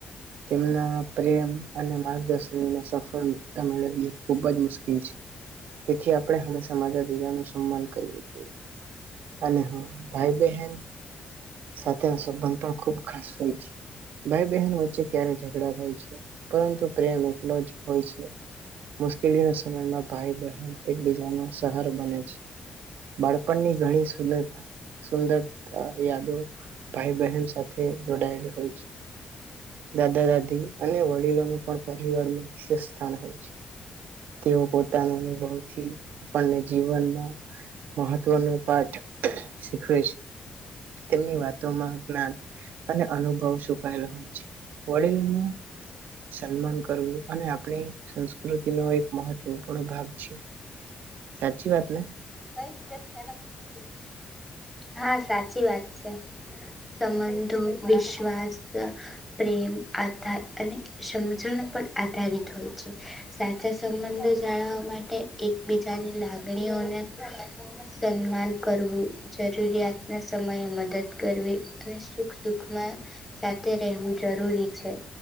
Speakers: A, on the right; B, in the centre.
A: તેમના પ્રેમ અને માર્ગદર્શનને સફળતા મેળવી ખુબ જ મુશ્કેલ છે તેથી આપણે હંમેશા માતા પિતા નુ હાલ કરવો જોઈએ અને હા ભાઈ બહેન સાથેનો સંબંધ પણ ખુબ ખાસ હોય છે ભાઈ બહેન વચ્ચે ક્યારે ઝઘડા થાય છે પરંતુ પ્રેમ એટલો જ હોય છે મુશ્કેલી સમય સમયમાં ભાઈ બહેન એકબીજા ન સહારો બને છે બાળપણની ઘણી સુંદરતા સુંદરતા યાદો ભાઈ બહેન સાથે જોડાયેલી હોય છે દાદા દાદી અને વડીલોનું પણ પરિવારમાં વિશેષ સ્થાન હોય છે તેઓ પોતાના અનુભવથી આપણને જીવનમાં મહત્વનો પાઠ શીખવે છે તેમની વાતોમાં જ્ઞાન અને અનુભવ છુપાયેલો હોય છે વડીલો ન સન્માન કરવું અને આપણી સંસ્કૃતિનો એક મહત્વપૂર્ણ ભાગ છે સાચી વાત ને
B: ભહી <inaudible> હા સાચી વાત છે સંબંધો વિશ્વાસ પ્રેમ આધાર અને સમજણ પર આધારિત હોય છે સાચા સંબંધો જાળવવા માટે એકબીજાની લાગણીઓને સન્માન કરવું જરૂરિયાતના સમયે મદદ કરવી અને સુખ દુખમાં સાથે રહેવું જરૂરી છે